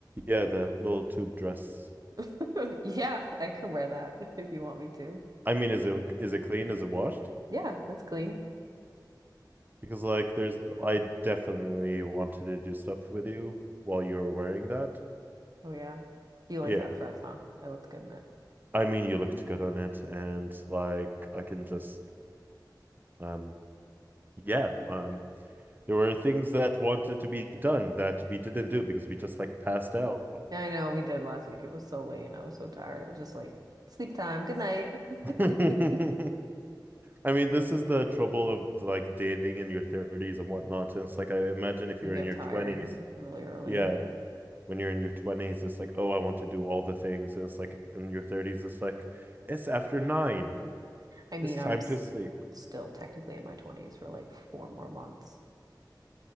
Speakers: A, on the right (about 25°); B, on the right (about 55°).
A: yeah, the little tube dress.
B: <laughs> Yeah, I can wear that <laughs> if you want me to.
A: I mean, is it is it clean? Is it washed?
B: Yeah, that's clean.
A: Because like there's I definitely wanted to do stuff with you while you were wearing that.
B: Oh yeah. You like
A: Yeah.
B: that dress, huh? I looked good in it.
A: I mean you looked good on it and like I can just um yeah, um there were things that wanted to be done that we didn't do because we just like passed out.
B: Yeah, I know we did last week. It was so late and I was so tired. It was just like sleep time. Good night. <laughs>
A: <laughs> I mean this is the trouble of like dating in your 30s and whatnot. And it's like I imagine if
B: You
A: you're
B: get
A: in your
B: tired
A: 20s,
B: really early.
A: yeah, when you're in your 20s, it's like, oh, I want to do all the things. And it's like in your 30s, it's like, it's after nine.
B: I mean,
A: It's time
B: I'm s
A: to sleep.
B: still technically in my 20s for like four more months.